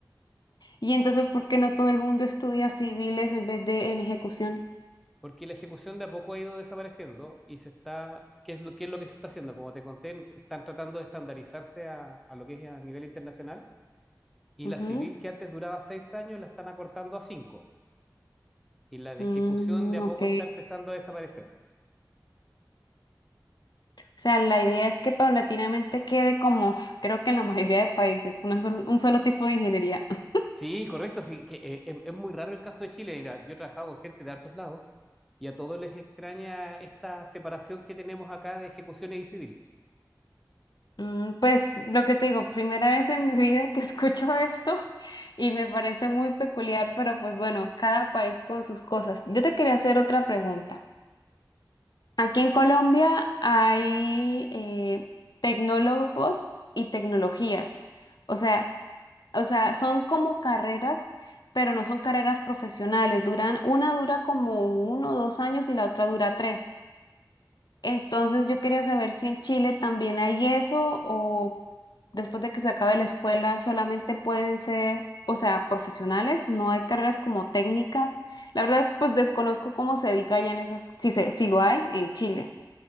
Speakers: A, on the left; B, in the centre.
A: Y entonces, ¿por qué no todo el mundo estudia civiles en vez de en ejecución?
B: porque la ejecución de a poco ha ido desapareciendo y se está, ¿qué es lo, qué es lo que se está haciendo? Como te conté, están tratando de estandarizarse a, a lo que es a nivel internacional y
A: Ujú.
B: la civil que antes duraba seis años la están acortando a cinco y la de
A: Mm,
B: ejecución de a poco
A: ok.
B: está empezando a desaparecer.
A: O sea, la idea es que paulatinamente quede como, <laughs> creo que en la mayoría de países, una sol- un solo tipo de ingeniería. <laughs>
B: Sí, correcto, sí, que, eh, es, es muy raro el caso de Chile. Mira, yo he trabajado con gente de hartos lados y a todos les extraña esta separación que tenemos acá de ejecuciones y civil.
A: Mm, pues lo que te digo, primera vez en mi vida que <laughs> escucho esto y me parece muy peculiar, pero pues bueno, cada país con sus cosas. Yo te quería hacer otra pregunta. Aquí en Colombia hay eh, tecnólogos y tecnologías. O sea, O sea, son como carreras, pero no son carreras profesionales. Duran, una dura como uno o dos años y la otra dura tres. Entonces yo quería saber si en Chile también hay eso o después de que se acabe la escuela solamente pueden ser, o sea, profesionales, no hay carreras como técnicas. La verdad, pues desconozco cómo se diga ya en esas, si se, si lo hay en Chile.